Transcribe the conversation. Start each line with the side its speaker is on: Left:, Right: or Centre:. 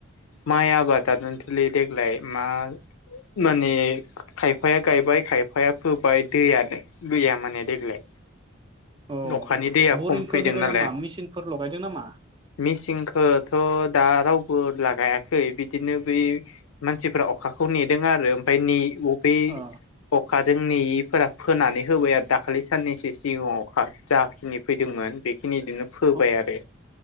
Left: माइ आबादनो थ'लै देग्लाय मा माने खाय खायफाया गायबाय खायफाया फोबाय दैयानो गैया माने देग्लाय
Right: अ
Left: अखानि दैया
Right: बरिंफोर
Left: खम फैदों
Right: होदो
Left: नालाय
Right: नामा मेचिनफोर लगायदो नामा
Left: मिसिनखौथ' दा राव फोर लागायाखै बिदिनो बै मानसिफ्रा अखाखौ नेदों आरो ओमफ्राय ने अ। बे
Right: अ
Left: अखा जोंनिफोरा फोनानै होबाय आरो। दाखालि साननैसो सिगाङाव अखा जाखिनि फैदोंमोन। बेखिनि बिदिनो फोबाय
Right: अ
Left: आरो